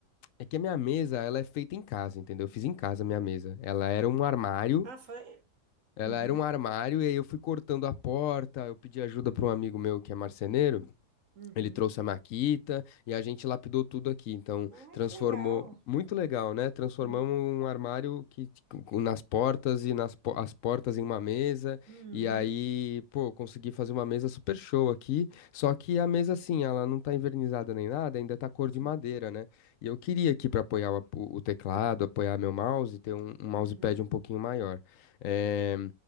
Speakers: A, on the left; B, on the right.
A: É que a minha mesa, ela é feita em casa, entendeu? Eu fiz em casa a minha mesa. Ela era um armário.
B: Ah, foi?
A: Ela
B: Uhum.
A: era um armário e aí eu fui cortando a porta, eu pedi ajuda para um amigo meu que é marceneiro.
B: Uhum.
A: Ele trouxe a Maquita e a gente lapidou tudo aqui. Então,
B: Ah,
A: transformou.
B: que legal.
A: Muito legal, né? Transformamos
B: Uhum.
A: um armário que com- nas portas e nas po- as portas em uma mesa.
B: Uhum.
A: E aí, pô, consegui fazer uma mesa super show aqui. Só que a mesa, assim, ela não tá envernizada nem nada, ainda tá cor
B: Sim.
A: de madeira, né? E eu queria aqui para apoiar o, ap- o teclado, apoiar meu mouse, ter um, um mousepad
B: Uhum.
A: um pouquinho maior. É...